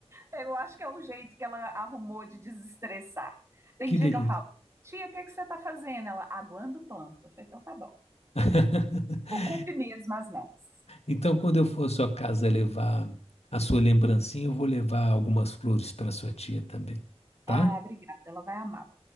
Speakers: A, on the right; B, on the left.
A: Eu acho que é o jeito que ela arrumou de desestressar. Tem
B: que
A: dia
B: delícia.
A: que eu falo, tia, o que é que você tá fazendo? Ela, aguando planta. Eu falei, então tá bom.
B: <laughs>
A: Ocupe mesmo as mãos.
B: Então, quando eu for à sua casa levar a sua lembrancinha, eu vou levar algumas flores para sua tia também, tá?
A: Ah, obrigada, ela vai amar.